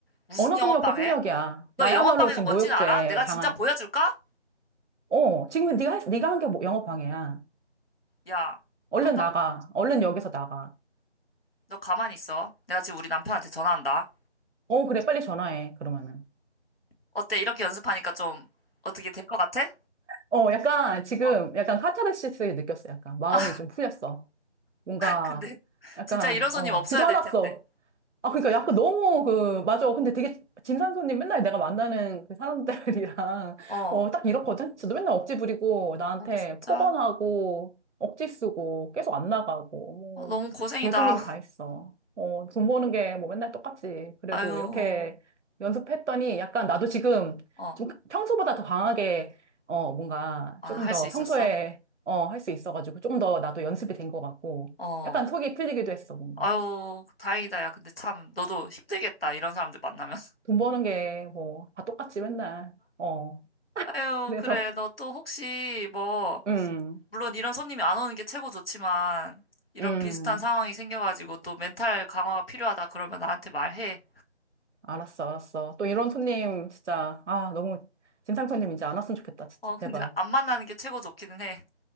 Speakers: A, on the left; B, on the right.
A: 무슨
B: 언어폭력도
A: 영업방해?
B: 폭력이야. 나야말로
A: 너 영업방해가
B: 지금
A: 뭔지는
B: 모욕죄
A: 알아? 내가
B: 당한,
A: 진짜 보여줄까?
B: 어, 지금 네가, 했- 네가 한게 뭐 영업 방해야.
A: 야,
B: 얼른
A: 너 딱,
B: 나가. 얼른 여기서 나가.
A: 너 가만히 있어. 내가 지금 우리 남편한테 전화한다.
B: 어, 그래, 빨리 전화해. 그러면은.
A: 어때? 이렇게 연습하니까 좀 어떻게 될 것 같아?
B: 어, 약간 지금
A: 어.
B: 약간 카타르시스 느꼈어. 약간 마음이
A: 아,
B: 좀 풀렸어. 뭔가
A: 근데 <laughs>
B: 약간
A: 진짜 이런 손님
B: 어,
A: 없어야
B: 지쳐
A: 될
B: 화났어.
A: 텐데.
B: 아, 그러니까 약간 너무 그, 맞아. 근데 되게 진상 손님 맨날 내가 만나는 그 사람들이랑, <laughs>
A: 어.
B: 어, 딱 이렇거든? 저도 맨날 억지 부리고, 나한테
A: 어, 진짜?
B: 폭언하고, 억지 쓰고, 계속 안 나가고, 뭐,
A: 어, 너무 고생이다.
B: 별수님이 다 있어. 어, 돈 버는 게 뭐 맨날 똑같지. 그래도
A: 아유.
B: 이렇게 연습했더니 약간 나도 지금
A: 어.
B: 좀 평소보다 더 강하게, 어, 뭔가
A: 아,
B: 조금
A: 할
B: 더
A: 수 있었어?
B: 평소에, 어, 할 수 있어가지고, 조금 더 나도 연습이 된 것 같고,
A: 어.
B: 약간 속이 풀리기도 했어, 뭔가.
A: 아유, 다행이다. 야, 근데 참 너도 힘들겠다. 이런 사람들 만나면. <laughs>
B: 돈 버는 게 뭐 다 똑같지 맨날. 어.
A: 아유,
B: 그래서
A: 그래. 너 또 혹시 뭐
B: 음.
A: 물론 이런 손님이 안 오는 게 최고 좋지만 이런
B: 음.
A: 비슷한 상황이 생겨가지고 또 멘탈 강화가 필요하다 그러면 나한테 말해.
B: 알았어. 알았어. 또 이런 손님 진짜 아, 너무 진상 손님 이제 안 왔으면 좋겠다. 진짜
A: 어, 근데
B: 제발.
A: 안 만나는 게 최고 좋기는 해.